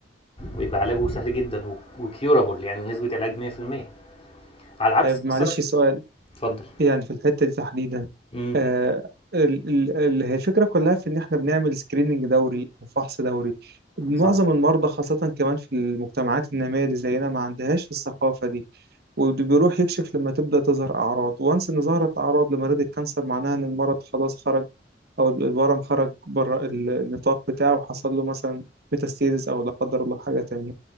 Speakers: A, on the left; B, on the right.
A: ويبقى علاجه سهل جدا وكيورابل يعني نسبه علاج 100% على العكس
B: طيب
A: مثلا
B: معلش سؤال
A: اتفضل
B: يعني في الحتة دي تحديدا
A: امم
B: آه ال- ال- ال- هي الفكرة كلها في إن إحنا بنعمل سكريننج دوري وفحص دوري معظم
A: صح
B: المرضى خاصة كمان في المجتمعات النامية اللي زينا ما عندهاش الثقافة دي وبيروح يكشف لما تبدأ تظهر أعراض وانس إن ظهرت أعراض لمريض الكانسر معناها إن المرض خلاص خرج أو الورم خرج بره ال- النطاق بتاعه وحصل له مثلا ميتاستيزس أو لا قدر الله حاجة تانية